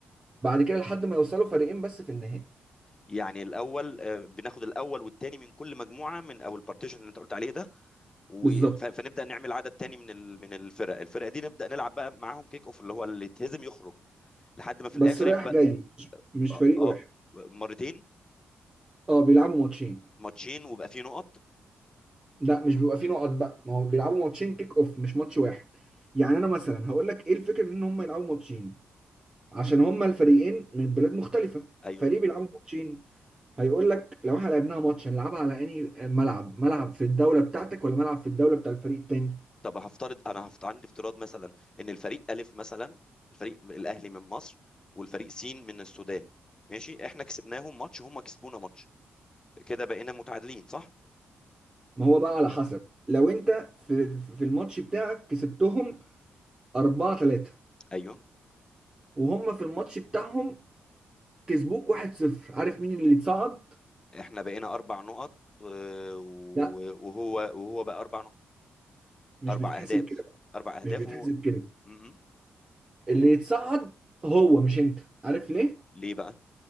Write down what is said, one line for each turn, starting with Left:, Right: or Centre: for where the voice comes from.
Right: بعد كده لحد ما يوصلوا فريقين بس في النهائي
Left: يعني الاول آه، بناخد الاول والثاني من كل مجموعه من او البارتيشن اللي انت قلت عليه ده و-
Right: بالظبط
Left: ف- فنبدا نعمل عدد تاني من ال... من الفرق الفرقه دي نبدا نلعب بقى معاهم كيك اوف اللي هو اللي يتهزم يخرج لحد ما في الاخر
Right: بس رايح
Left: يبقى
Right: جاي مش مش
Left: اه
Right: فريق
Left: آه،
Right: واحد
Left: مرتين
Right: اه بيلعبوا ماتشين
Left: ماتشين وبقى فيه نقط
Right: لا مش بيبقى فيه نقط بقى ما هو بيلعبوا ماتشين كيك اوف مش ماتش واحد يعني انا مثلا هقول لك ايه الفكره من ان هم يلعبوا ماتشين عشان هم الفريقين من بلاد مختلفه
Left: ايوه
Right: فريق بيلعبوا ماتشين هيقول لك لو احنا لعبناها ماتش هنلعبها على انهي ملعب ملعب في الدوله بتاعتك ولا ملعب في الدوله بتاع الفريق التاني
Left: طب هفترض انا هفت... عندي افتراض مثلا ان الفريق الف مثلا الفريق الاهلي من مصر والفريق سين من السودان ماشي احنا كسبناهم ماتش هم كسبونا ماتش كده بقينا متعادلين صح
Right: ما هو
Left: ن-
Right: بقى على حسب لو انت في في الماتش بتاعك كسبتهم 4 3
Left: ايوه
Right: وهم في الماتش بتاعهم كسبوك 1 0 عارف مين اللي اتصعد
Left: احنا بقينا اربع نقط آه، و-
Right: لا
Left: وهو وهو بقى اربع نقط
Right: مش
Left: اربع
Right: بتتحسب
Left: اهداف
Right: كده بقى،
Left: اربع اهداف
Right: مش بتتحسب
Left: وهو
Right: كده
Left: مهم.
Right: اللي يتصعد هو مش انت عارف ليه
Left: ليه بقى؟